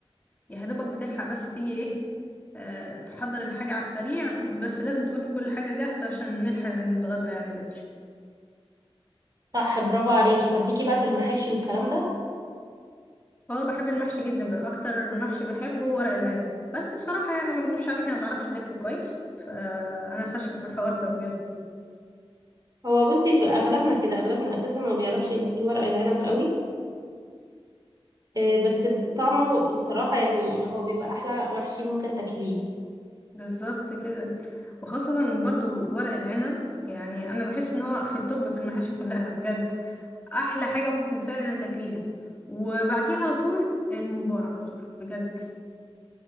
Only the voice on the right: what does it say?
صح برافو عليكي طب ليكي بقى في المحاشي والكلام ده
هو بصي في اغلبنا كده اغلبنا اساسا ما بيعرفش يلف الورق العنب قوي آه، بس ب- طعمه الصراحه يعني هو بيبقى احلى محشي ممكن تاكليه